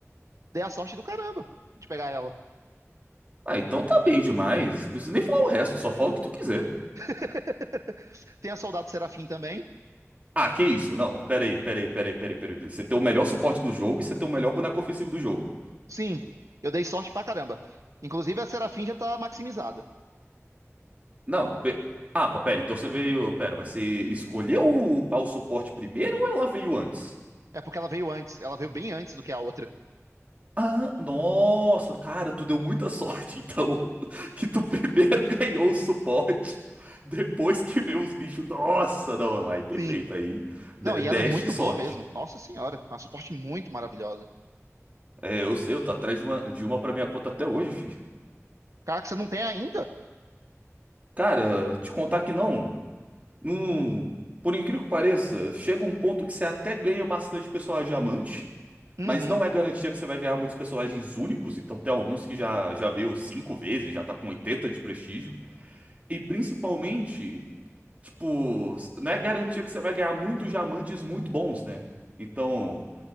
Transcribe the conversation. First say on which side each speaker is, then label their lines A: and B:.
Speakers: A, on the right; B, on the right.
A: dei a sorte do caramba de pegar ela.
B: Ah, então tá bem demais. Não precisa nem falar o resto, só fala o que tu quiser.
A: <laughs> Tem a Soldado Serafim também.
B: Ah, que isso? Não, pera aí, pera aí, pera aí, pera aí, pera aí. Você tem o melhor suporte do jogo e você tem o melhor boneco ofensivo do jogo.
A: Sim, eu dei sorte pra caramba. Inclusive a Serafim já tá maximizada.
B: Não, pe... Ah, pá, pera, então você veio. Pera, mas você escolheu upar o suporte primeiro ou ela veio antes?
A: É porque ela veio antes, ela veio bem antes do que a outra.
B: Ah, nossa, cara, tu deu muita sorte, então. <laughs> Que tu primeiro <laughs> ganhou o suporte, depois que veio os bichos. Nossa, não, aí perfeito,
A: Sim.
B: aí. de-
A: Não, e
B: Deste
A: ela é muito
B: sorte.
A: boa mesmo. Nossa senhora, é uma suporte muito maravilhosa.
B: É, eu sei, eu tô atrás de uma, de uma pra minha conta até hoje, fi.
A: Cara, que você não tem ainda?
B: Cara, te contar que não. Não. Por incrível que pareça, chega um ponto que você até ganha bastante personagem diamante,
A: Uhum,
B: mas não é garantia que você vai ganhar muitos personagens únicos, então tem alguns que já, já veio cinco vezes, já tá com 80 de prestígio. E principalmente. Tipo, não é garantia que você vai ganhar muitos diamantes muito bons, né? Então,